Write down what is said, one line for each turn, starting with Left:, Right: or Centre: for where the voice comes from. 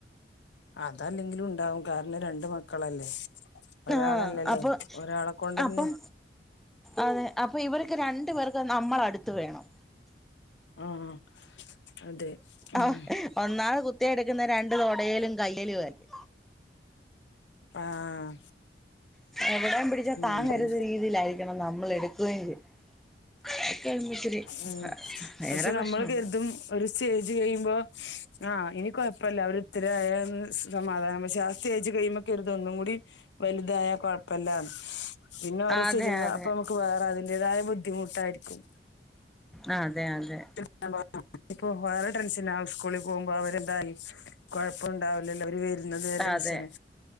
Left: അതല്ലെങ്കിലും ഉണ്ടാവും കാരണം രണ്ട് മക്കളല്ലേ? ഒരാളല്ലല്ലോ.
Centre: ആ അപ്പൊ
Left: ഒരാളെ കൊണ്ട്ന്നെ
Centre: അപ്പം അതെ അപ്പൊ ഇവര്ക്ക് രണ്ടു പേർക്കും നമ്മളടുത്ത് വേണം.
Left: ആഹ്. അതെ. ഉം
Centre: ആഹ് ഒന്നാമത് കുത്തിയെടുക്കുന്നെ രണ്ടു തൊടേലും കയ്യേലുമല്ലെ.
Left: ആഹ്.
Centre: എവിടേം പിടിച്ചാ താങ്ങരുത്
Left: ഉം
Centre: രീതിയിലായിരിക്കണം നമ്മള് എടുക്കുകയും ചെയ് അതക്കെ ഇണ്ട്ച്ചിരി
Left: ഉം
Centre: അ ഭയങ്കര
Left: പക്ഷെ
Centre: പ്രശ്നവ
Left: നമ്മൾ കരുതും ഒരു സ്റ്റേജ് കഴിയുമ്പോ ആ ഇനി കൊഴപ്പല്ല അവര് ഇത്തരായന്ന് സമാധാനം പക്ഷെ ആ സ്റ്റേജ് കഴിയുമ്പോ കെരുതു ഒന്നും കൂടി വലുതായ കൊഴപ്പല്ലാന്ന്. പിന്നെ ഓരോ
Centre: അതെ
Left: സ്റ്റേജ്മ്മേ
Centre: അതെ
Left: അപ്പൊ നമുക്ക് വേറെ അതിന്റേതായ ബുദ്ധിമുട്ടായിരിക്കും.
Centre: ആഹ് അതെ അതെ.
Left: ഇ <unintelligible> ഇപ്പൊ വേറെ ടെൻഷന ഇസ്കൂളിൽ പോകുമ്പോ അവരെന്തായി കൊഴപ്പംണ്ടാവില്ലല്ലോ അവര് ഇന്ന് പേരന്റ്സിന്.
Centre: അതെ